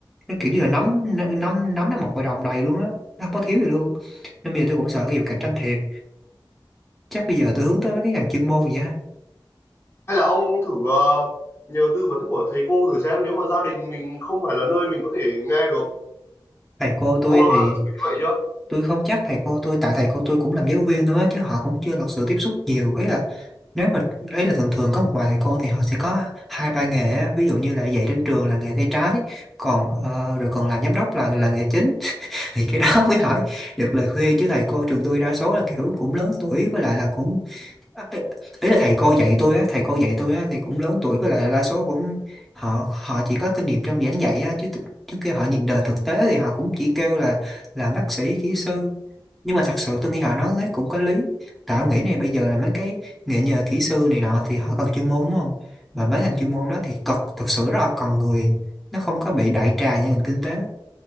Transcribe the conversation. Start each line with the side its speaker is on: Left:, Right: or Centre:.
Centre: nó kiểu như là nắm nắm nắm nó mọc ngoài đồng đầy luôn á nó không có thiếu gì luôn nên bây giờ tôi cũng sợ cái vụ cạnh tranh thiệt chắc bây giờ tôi hướng tới mấy cái ngành chuyên môn vậy á
Left: hay là ông thử ờ, nhờ tư vấn của thầy cô thử xem nếu mà gia đình mình không phải là nơi mình có thể nghe được
Centre: thầy cô tôi
Left: ông đã bao
Centre: thì
Left: giờ thử như vậy chưa
Centre: tôi không chắc thầy cô tôi tại thầy cô tôi cũng làm giáo viên nữa chứ họ cũng chưa thật sự tiếp xúc nhiều ấy là nếu mà ấy là thường thường có một vài thầy cô thì họ sẽ có hai ba nghề á. ví dụ như là dạy trên trường là nghề tay trái còn ờ, rồi còn làm giám đốc là là nghề chính <laughs> thì cái đó mới hỏi được lời khuyên chứ thầy cô trường tôi đa số là kiểu cũng lớn tuổi với lại là cũng Ê- ý là thầy cô dạy tôi á thầy cô dạy tôi á thì cũng lớn tuổi với lại đa số cũng họ họ chỉ có kinh nghiệm trong giảng dạy á chứ thực- chứ kêu họ nhìn đời thực tế thì họ cũng chỉ kêu là làm bác sĩ kỹ sư nhưng mà thật sự tôi nghĩ họ nói ấy cũng có lý tạo nghĩ này bây giờ là mấy cái nghề nhờ kỹ sư này nọ thì họ cần chuyên môn đúng không mà mấy ngành chuyên môn đó thì cực thật sự rất là cần người nó không có bị đại trà như ngành kinh tế